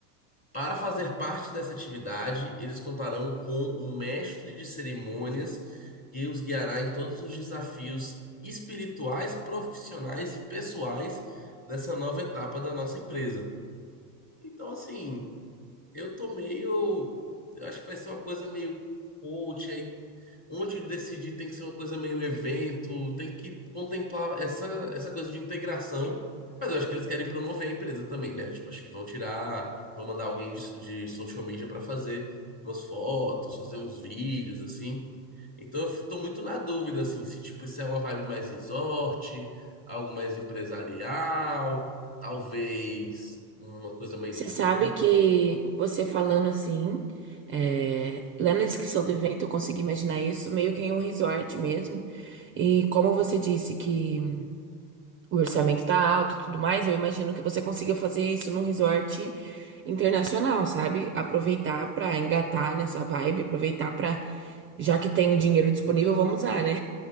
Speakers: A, on the left (about 15°); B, on the right (about 30°).
A: Para fazer parte dessa atividade, eles contarão com um mestre de cerimônias que os guiará em todos os desafios espirituais, profissionais e pessoais dessa nova etapa da nossa empresa. Então, assim. Eu tô meio. Eu acho que vai ser uma coisa meio coach aí. Onde decidir tem que ser uma coisa meio evento, tem que contemplar essa, essa coisa de integração. Mas eu acho que eles querem promover a empresa também, né? Tipo, acho que vão tirar, vão mandar alguém de, de social media pra fazer umas fotos, fazer uns vídeos, assim. Então eu f- tô muito na dúvida, assim, se tipo, isso é uma vibe mais resort, algo mais empresarial, talvez uma coisa mais
B: Você
A: no
B: sabe
A: campo.
B: que você falando assim, é, lendo a descrição do evento, eu consegui imaginar isso meio que em um resort mesmo. E como você disse que o orçamento tá alto e tudo mais, eu imagino que você consiga fazer isso num resort internacional, sabe? Aproveitar pra engatar nessa vibe, aproveitar pra, já que tem o dinheiro disponível, vamos usar, né?